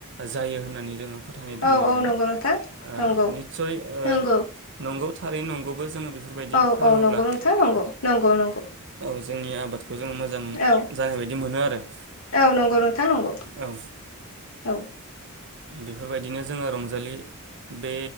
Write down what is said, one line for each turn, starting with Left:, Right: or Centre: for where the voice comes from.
Right: जायो होन्नानै जोङो। फोथायनाय
Left: औ
Right: दङो आरोना
Left: औ नंगौ
Right: ओ
Left: नोंथां नंगौ
Right: निसय ओ
Left: नंगौ
Right: नंगौ थारै नंगौबो जोङो। बेफोरबायदि
Left: औ
Right: खालामोब्ला
Left: अ नंगौ नोंथां नंगौ नंगौ।
Right: औ जोंनि आबादखौ जों मोजां
Left: औ
Right: जानाय बायदि मोनो आरो।
Left: औ नंगौ नोंथां नंगौ।
Right: औ।
Left: औ
Right: बेफोरबायदिनो जोङो रंजालि बे